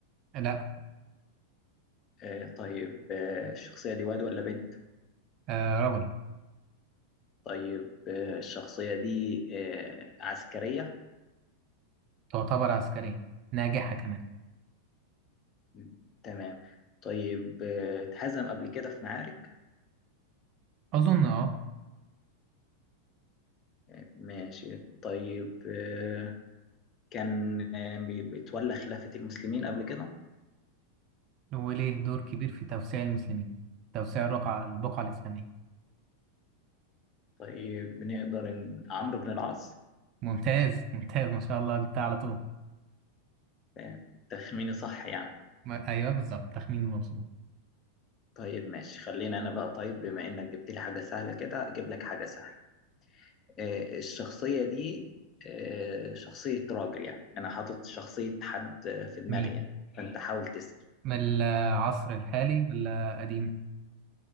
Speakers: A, on the right; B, on the left.
A: لا
B: آه طيب آه الشخصيه دي واد ولا بنت
A: آه، رجل
B: طيب آه الشخصيه دي آه عسكريه
A: تعتبر عسكرية ناجحة كمان
B: م، تمام طيب آه اتهزم قبل كده في معارك
A: أظن أه
B: آه ماشي طيب آه كان آه، بي- بيتولى خلافة المسلمين قبل كده
A: وليه دور كبير في توسيع المسلمين توسيع الرقعة البقعة الإسلامية
B: طيب بنقدر إن عمرو بن العاص
A: ممتاز ممتاز ما شاء الله جبتها على طول
B: آه، تخميني صح يعني
A: ما... أيوه بالظبط تخمين مظبوط
B: طيب ماشي خلينا أنا بقى طيب بما إنك جبت لي حاجة سهلة كده أجيب لك حاجة سهلة آه، الشخصية دي آه، شخصية راجل يعني أنا حاطط شخصية حد آه، في دماغي
A: جميل
B: يعني فأنت حاول تسأل
A: من العصر الحالي ولا قديم